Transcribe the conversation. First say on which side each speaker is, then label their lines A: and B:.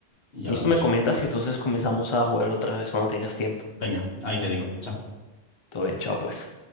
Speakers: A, on the left (about 50°); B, on the left (about 35°).
A: Y
B: Listo,
A: hablamos.
B: me comentas y entonces comenzamos a jugar otra vez cuando tengas tiempo.
A: Venga, ahí te digo. Chao.
B: Todo bien, chao pues.